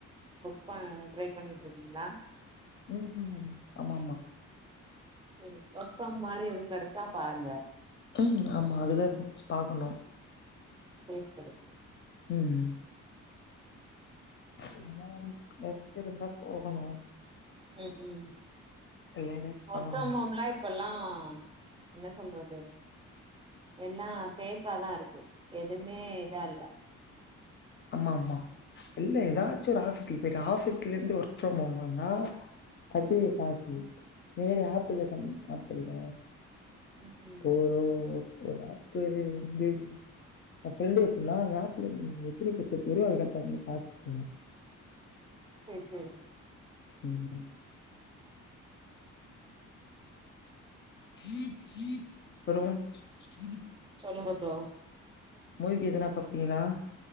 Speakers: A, on the right; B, on the left.
A: ப்ப ட்ரை பண்ணிட்ருக்கீங்ளா
B: ம் ம் ஆமாமா
A: செரி ஒர் ஃப்ரம் மாரி உள் கெடச்சா பாருங்க
B: ம் ஆமா அதுதா ம் பாக்கணு
A: சேர் செரி
B: ம் எதுன்னா ஒர்க்குருந்தா போகணு
A: ம் ம்ஹும்
B: இல்ல ஏதாச்சு
A: ஒர்க்
B: பண்ணணு
A: ஃப்ரம் ஓம்லா இப்பல்லா என்ன சொல்றது எல்லா ஃபேக்காதா இருக்கு எதுமே இதால்ல
B: ஆமாமா இல்ல ஏதாச்சு
A: ம்
B: ஒரு ஆபீஸ்ல வேற ஆஃபீஸ்லர்ந்து ஒர்க் ஃப்ரம் ஹோம் வந்தா அது <unintelligible>
A: ம்
B: <unintelligible> ஆப்புல்ல சம் ஆப்புல்ல
A: ம் ம்
B: போ ஒரு ஆப்பு <unintelligible> எ ஃப்ரெண்டு வெச்சிந்தா அந்த அப்பு பேரு <inaudible>
A: சரி சரி
B: ம் அப்பறோ
A: சொல்லுங்க தோ
B: மூவிக்கி எதனா பாப்பீங்களா